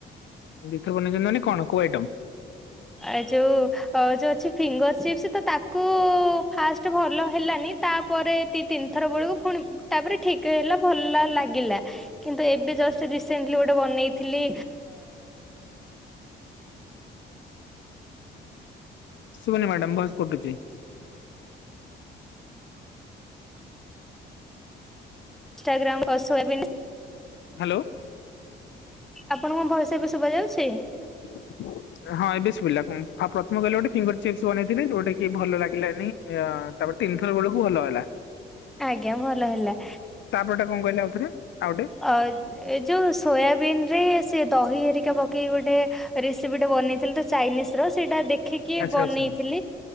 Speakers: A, on the left (about 70°); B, in the centre.
A: ଦିଥର ବନେଇଚନ୍ତି ମାନେ କଣ କୋଡ଼ ଆଇଟମ।
B: ଏ ଯୋଉ ଯୋଉ ଅଛି ଫିଙ୍ଗର ଚିପ୍ସ ତ ତାକୁ ଫାଷ୍ଟ ଭଲ ହେଲାନି। ତାପରେ ଦି ତିନିଥର ବେଳକୁ ପୁଣିି ତାପରେ ଠିକ ହେଲା ଭଲ ଲାଗ ଗିଲା କିନ୍ତୁ ଏବେ ଜଷ୍ଟରି ସେଣ୍ଟିଲି ଗୋଟେ ବେଇଥିଲି
A: ଶୁ ଭାନା ମ୍ୟାଡାାମ ବସ କଟୁଛି।
B: ଇଷ୍ଟାଗ୍ରାମ ଓ ସୋୟାବିନ୍‌।
A: ହ୍ୟାଲୋ।
B: ଆପଣଙ୍କ ଭଇସ ଏବେ ଶୁଦ୍ଭା ଯାଉଛି?
A: ହ <unintelligible> ହଁ ଏବେ ଶୁଭିଲା, କ ପ୍ରଥମ କହିଲେ ଗୋଟେ ଫିଙ୍ଗର ଚିପ୍ସ ବନେଇଥିଲି ଯୋଉଟା କି ଭଲ ଲାଗିଲାନି। ତାପରେ ତିନି ଥର ବେଳକୁ ଭଲ ହେଲା।
B: ଆଜ୍ଞା ଭଲ ହେଲା।
A: ତାପରେଟା କଣ କହିଲେ ଆଉଥରେ ଆଉ ଗଟେ
B: ଆଉ ଏ ଯୋଉ ସୋୟାବିିନ ରେ ସେ ଦହି ହେରିକା ପକେଇ ଗୋଟେ ରେସିପି ଟା ବନେଇଥିଲି ତ ଚାଇନିସ ର ସେଇଟା ଦେଖିକି
A: ଆଚ୍ଛା
B: ବନେଇଥିଲି।
A: ଆଚ୍ଛା